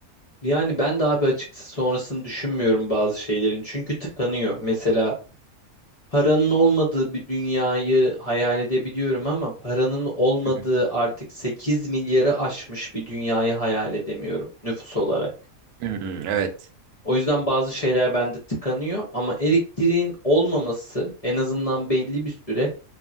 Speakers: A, on the left; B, on the right.
A: Yani ben de abi açıkçası sonrasını düşünmüyorum bazı şeylerin. Çünkü tıkanıyor. Mesela paranın olmadığı bir dünyayı hayal edebiliyorum ama paranın olmadığı
B: Hı hı.
A: artık 8 milyarı aşmış bir dünyayı hayal edemiyorum nüfus olarak.
B: Hmm, evet.
A: O yüzden bazı şeyler bende tıkanıyor ama elektriğin olmaması en azından belli bir süre